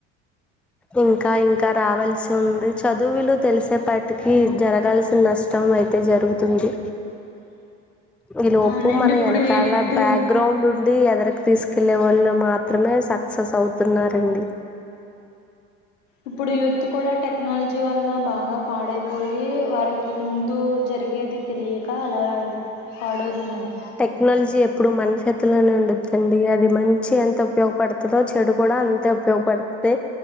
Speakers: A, in the centre; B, on the left.
A: ఇంకా ఇంకా రావాల్సి ఉంది చదువులు తెలిసేపాటికి జరగాల్సిన నష్టం అయితే జరుగుతుంది ఈ లోపు
B: అవునండి
A: మన
B: ఇప్పుడు
A: ఎనకాల
B: యూత్
A: బ్యాక్ గ్రౌండ్ ఉండి ఎదరిక తీసుకెళ్ళే వాళ్ళు మాత్రమే సక్సెస్ అవుతున్నారండి
B: ఇప్పుడు యూత్ కూడా టెక్నాలజీ వల్ల బాగా పాడైపోయి వారికి ముందు జరిగేది తెలియక అలా పాడవుతున్నారు
A: టెక్నాలజీ ఎప్పుడు మన చేత్తులోనే ఉండిదండి అది మంచి ఎంత ఉపయోగపడతదో చెడు కూడా అంతే ఉపయోగపడతది